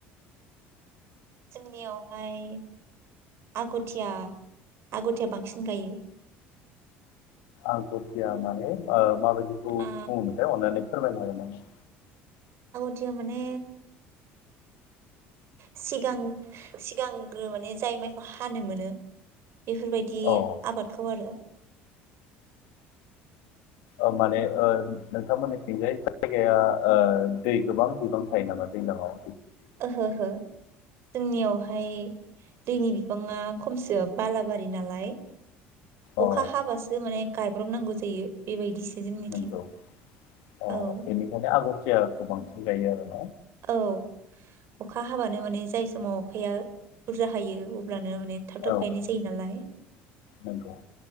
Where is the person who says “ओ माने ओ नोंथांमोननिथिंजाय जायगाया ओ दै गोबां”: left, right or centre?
Left